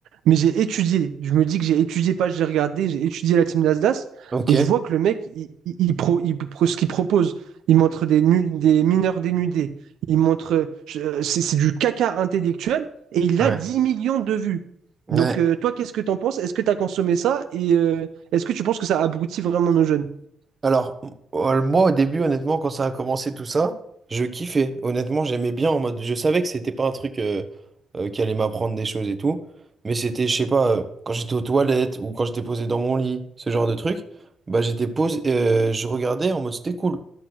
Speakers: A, on the right; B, on the right.
A: mais j'ai étudié. Je me dis que j'ai étudié, pas j'ai regardé, j'ai étudié la team Nasdaq
B: Ok.
A: et je vois que le mec, il, il- il pro, il pro- ce qu'il propose, il montre des, nu- des mineurs dénudés. Il montre, je- euh, c'est c'est du caca intellectuel et il
B: Ouais.
A: a 10 millions de vues.
B: Ouais.
A: Donc, euh, toi, qu'est-ce que t'en penses? Est-ce que t'as consommé ça? Et euh, est-ce que tu penses que ça abrutit vraiment nos jeunes?
B: Alors, euh, moi, au début, honnêtement, quand ça a commencé tout ça, je kiffais. Honnêtement, j'aimais bien en mode. Je savais que c'était pas un truc euh, euh, qui allait m'apprendre des choses et tout. Mais c'était, je sais pas, euh, quand j'étais aux toilettes ou quand j'étais posé dans mon lit, ce genre de truc, bah j'étais posé, euh, je regardais en mode c'était cool.